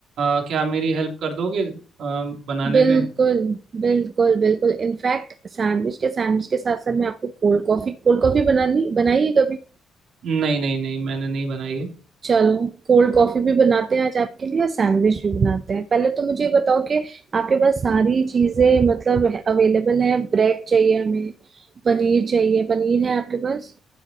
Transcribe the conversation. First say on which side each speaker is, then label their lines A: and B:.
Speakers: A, on the right (about 70°); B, on the right (about 45°).
A: अ, क्या आप मेरी हेल्प कर दोगे अ, बनाने
B: बिल्कुल
A: में
B: बिल्कुल बिल्कुल इनफैक्ट सैंडविच के सैंडविच के साथ साथ मैं आपको कोल्ड कॉफी कोल्ड कॉफी बनानी बनाइए कभी
A: नहीं नहीं नहीं मैंने नहीं बनाई है
B: चलो कोल्ड कॉफी भी बनाते हैं आज आपके लिए और सैंडविच भी बनाते हैं पहले तो मुझे ये बताओ कि आपके पास सारी चीजें मतलब अवेलेबल है ब्रेड चाहिए हमें पनीर चाहिए पनीर है आपके पास